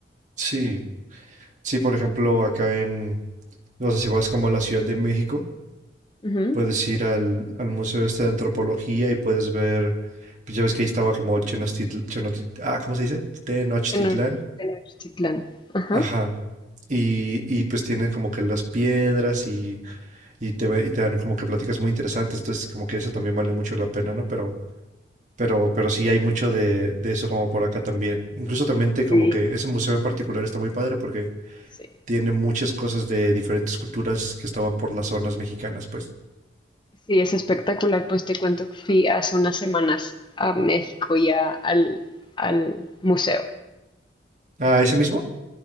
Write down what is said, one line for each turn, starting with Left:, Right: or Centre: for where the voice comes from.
Right: Sí. Sí, por ejemplo, acá en, o sea si vas como a la Ciudad de México,
Left: Ujú.
Right: puedes ir al, al Museo este de Antropología y puedes ver, pues ya ves que ahí estaba como Tenochtitl, Tenochtitl- ah, ¿cómo se dice? Tenochtitlán.
Left: Teno- Tenochtitlán. Ajá.
Right: Ajá. Y, y pues tienen como que las piedras y, y, te, ve- y te dan como que pláticas muy interesantes, entonces como que eso también vale mucho la pena, ¿no? Pero Pero, pero sí hay mucho de, de eso como por acá también. Incluso también te, como
Left: Sí.
Right: que ese museo en particular está muy padre porque
Left: Sí.
Right: tiene muchas cosas de diferentes culturas que estaban por las zonas mexicanas, pues.
Left: Sí, es espectacular. Pues te cuento que fui hace unas semanas a México y a- al, al museo.
Right: Ah, ¿ese mismo?